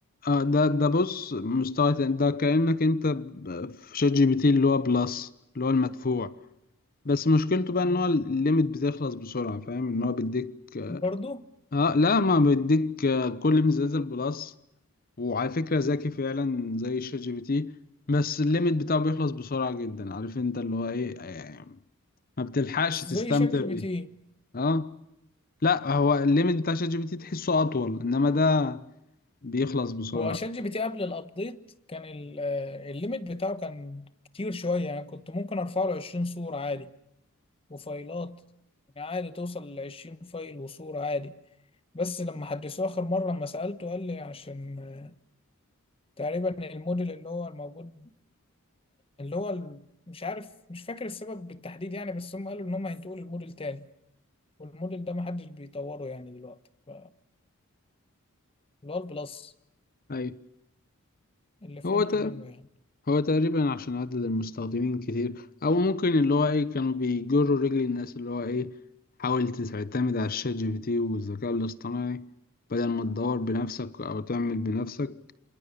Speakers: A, on the left; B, on the left.
A: آه، ده ده بص مستوى تاني. ده كأنك انت ب- في شات جي بي تي اللي هو بلس اللي هو المدفوع بس مشكلته بقى ان
B: مم.
A: هو الليميت بتخلص بسرعة فاهم ان هو بيديك
B: برضو
A: اه لا ما بيديك آه، كل ميزات البلس وعلى فكرة ذكي فعلا زي شات جي بي تي بس الليميت بتاعه بيخلص بسرعة جدا عارف انت اللي هو ايه يعني ما بتلحقش تستمتع
B: زي شات جي
A: بيه
B: بي تي
A: اه لا هو الليميت بتاع شات جي بي تي تحسه اطول انما ده بيخلص بسرعة
B: هو شات جي بي تي قبل الابديت كان ال- آه، الليميت بتاعه كان كتير شوية يعني كنت ممكن ارفع له 20 صورة عادي وفايلات يعني عادي توصل ل 20 فايل وصورة عادي بس لما حدثوه آخر مرة لما سألته قال لي عشان آه، تقريبا الموديل اللي هو الموجود اللي هو ال- مش عارف مش فاكر السبب بالتحديد يعني بس هم قالوا إن هم هينتقلوا لموديل تاني والموديل ده محدش بيطوره يعني دلوقتي ف اللي هو البلس
A: ايوه
B: اللي فهمته
A: هو ده
B: منه يعني
A: هو تقريبا عشان عدد المستخدمين كتير او ممكن اللي هو ايه كانوا بيجروا رجل الناس اللي هو ايه حاول تعتمد على الشات جي بي تي والذكاء الاصطناعي بدل ما تدور بنفسك او تعمل بنفسك